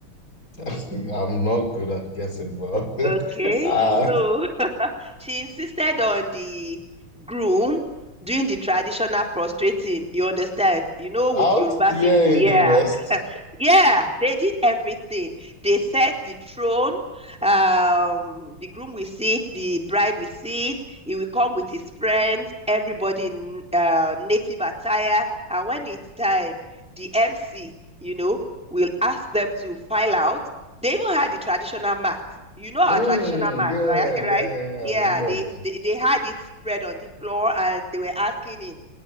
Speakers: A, on the left; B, in the centre.
A: <laughs> I'm not good at guessing, but <laughs>
B: Okay.
A: uh,
B: So <laughs> she insisted on the groom doing the traditional prostrating, you understand? You know,
A: out
B: with Yoruba
A: here
B: people.
A: in
B: Yeah.
A: the West.
B: Yeah, they did everything. They set the throne. Um, the groom will sit, the bride will sit. He will come with his friends, everybody in uh, native attire. And when it's time, the MC, you know, will ask them to file out. They even had the traditional mat. You know our
A: Mm,
B: traditional mat,
A: yeah,
B: right? Right?
A: yeah, yeah.
B: Yeah,
A: I remember
B: they,
A: it.
B: they they had it spread on the floor, and they were asking him